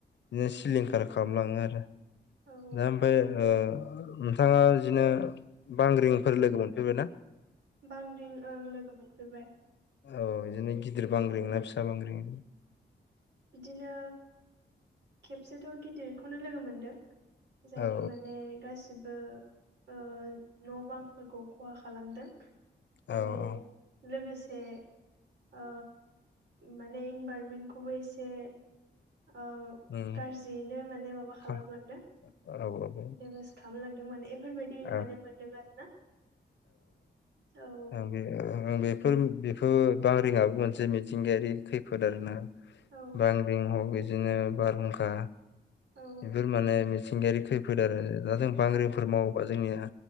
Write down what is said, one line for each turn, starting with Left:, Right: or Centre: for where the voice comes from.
Left: बिदिनो सिलिंखार
Right: औ
Left: खालामलाङो आरो।
Right: औ
Left: दा ओमफ्राय ओ नोंथाङा बिदिनो बांग्रिंफोर
Right: ओं
Left: लोगो मोनफेरबायना?
Right: बांग्रिं ओं लोगो मोनफेरबाय
Left: औ बिदिनो गिदिर बांग्रिं
Right: औ
Left: ना फिसा बांग्रिं?
Right: बिदिनो खेबसेथ' गिदिरखौनो लोगो मोनदों। जायखो
Left: औ
Right: माने गासिबो ओ न' बांफोरखौ खहा खालामदों।
Left: औ
Right: माने
Left: औ
Right: लोगोसे ओ माने इनभार मेन्टखौबो एसे गाज्रियैनो
Left: उम
Right: माने माबा खालामलांदों।
Left: हा, औ औ
Right: देमेस खालामलांदों माने बेफोरबायदि
Left: औ
Right: माने मोनदों आरो ना औ औ।
Left: ओम बेफोर बेफोर बांग्रिंआबो मोनसे मिथिंगायारि खैफोद आरो ना।
Right: औ
Left: बांग्रिं हबिदिनो बारहुंखा
Right: औ
Left: बेफोर माने मिथिंगायारि खैफोद आरो दा जों बांग्रिंफोर
Right: ओं
Left: मावो जोंनि